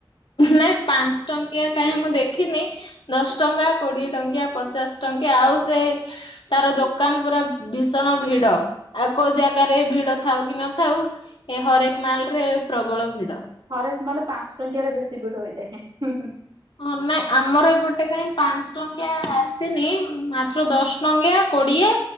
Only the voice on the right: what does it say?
ହରେକ ମାଲ ପାଞ୍ଚ ଟଙ୍କିଆରେ ବେଶୀ ଭିଡ ହୋଇଥାଏ। ହେଁ ହେଁ ହୁଁ ହୁଁ।